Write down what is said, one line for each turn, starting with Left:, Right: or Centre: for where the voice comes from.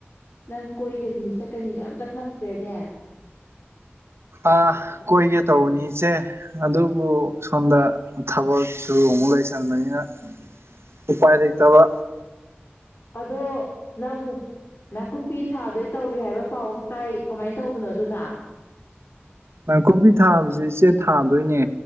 Left: ꯅꯪ ꯀꯣꯏꯒꯅꯤ ꯆꯠꯀꯅꯤꯒ ꯑꯝꯇ ꯈꯪꯗ꯭ꯔꯦꯅꯦ
Right: ꯑꯥ ꯀꯣꯏꯒꯦ ꯇꯧꯕꯅꯤ ꯏꯆꯦ ꯑꯗꯨꯕꯨ ꯁꯣꯝꯗ ꯊꯕꯛ ꯁꯨ ꯑꯃꯨꯛ ꯂꯩꯁꯟꯕꯅꯤꯅ ꯎꯄꯥꯏ ꯂꯩꯇꯕ
Left: ꯑꯗꯣ ꯅꯪ ꯅꯥꯀꯨꯞꯄꯤ ꯊꯥꯗꯣꯏ ꯇꯧꯔꯤ ꯍꯥꯏꯕ ꯄꯥꯎ ꯑꯃ ꯇꯥꯏ ꯀꯃꯥꯏꯅ ꯇꯧꯕꯅꯣ ꯑꯗꯨꯅ
Right: ꯅꯥꯀꯨꯞꯄꯤ ꯊꯥꯕꯖꯤ ꯏꯆꯦ ꯊꯥꯗꯣꯏꯅꯦ